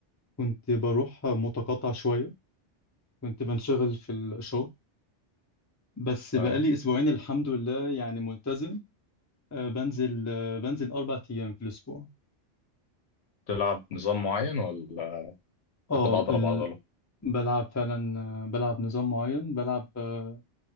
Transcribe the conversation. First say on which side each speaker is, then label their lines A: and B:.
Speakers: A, on the left; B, on the left.
A: كنت بروح متقطع شوية كنت بنشغل في الشغل بس
B: ايوه
A: بقالي اسبوعين الحمد لله يعني ملتزم آه، بنزل آه، بنزل اربع ايام في الاسبوع
B: تلعب نظام معين ولا
A: اه
B: تاخد عضله
A: ال-
B: بعضله
A: بلعب فعلا آه، بلعب نظام معين بلعب آه،